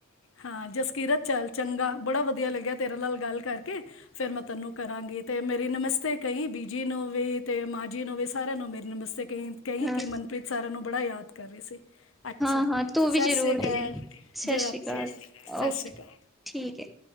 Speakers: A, on the left; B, in the centre.
A: ਹਾਂ ਜਸਕੀਰਤ ਚੱਲ ਚੰਗਾ ਬੜਾ ਵਧੀਆ ਲੱਗਿਆ ਤੇਰੇ ਨਾਲ ਗੱਲ ਕਰਕੇ ਫੇਰ ਮੈਂ ਤੈਨੂੰ ਕਰਾਂਗੀ ਤੇ ਮੇਰੀ ਨਮਸਤੇ ਕਹੀ ਬੀਜੀ ਨੂੰ ਵੀ, ਤੇ ਮਾਂ ਜੀ ਨੂੰ ਵੀ, ਸਾਰਿਆਂ ਨੂੰ ਮੇਰੀ ਨਮਸਤੇ ਕਈ ਕਈ
B: ਹਾਂ
A: ਕਿ ਮਨਪ੍ਰੀਤ ਸਾਰਿਆਂ ਨੂੰ ਬੜਾ ਯਾਦ ਕਰ ਰਹੇ ਸੀ। ਅੱਛਾ
B: ਹਾਂ ਹਾਂ ਤੂੰ
A: ਸਤਿ
B: ਵੀ ਜ਼ਰੂਰ
A: ਸ਼੍ਰੀ ਅਕਾਲ
B: ਦੇ <unintelligible> ਸਸਿ
A: ਜੱਕੇ
B: ਸ਼੍ਰੀ ਕਾਲ
A: ਸਤਿ
B: ਓਕੇ
A: ਸ਼੍ਰੀ ਅਕਾਲ
B: ਠੀਕ ਏ।